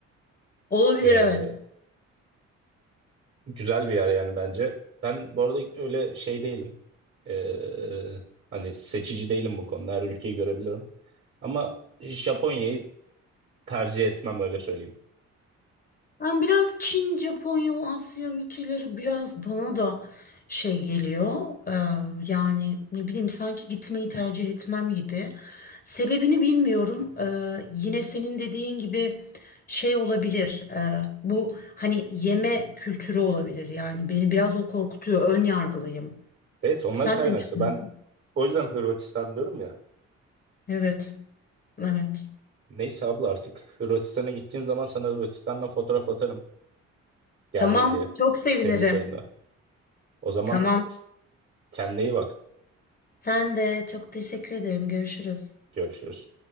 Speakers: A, on the left (about 30°); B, on the right (about 40°).
A: Olabilir
B: ee,
A: evet.
B: güzel bir yer yani bence. Ben bu arada öyle şey değilim. Ee, hani seçici değilim bu konuda. Her ülkeyi görebilirim. Ama Japonya'yı tercih etmem öyle söyleyeyim.
A: Ben biraz Çin, Japonya, o Asya ülkeleri biraz bana da şey geliyor. Ee, yani ne bileyim sanki gitmeyi tercih etmem gibi. Sebebini bilmiyorum. Ee, yine senin dediğin gibi şey olabilir. Ee, bu hani yeme kültürü olabilir. Yani beni biraz o korkutuyor. Ön yargılıyım.
B: Evet ondan
A: Sen
B: kaynaklı.
A: ne düşünüyorsun?
B: Ben o yüzden Hırvatistan diyorum ya.
A: Evet, evet.
B: Neyse abla artık Hırvatistan'a gittiğim zaman sana Hırvatistan'la fotoğraf atarım. Geldim
A: Tamam,
B: diye.
A: çok sevinirim.
B: Temmuz ayında. O zaman
A: Tamam.
B: kendine iyi bak.
A: Sen de çok teşekkür ederim. Görüşürüz.
B: Görüşürüz.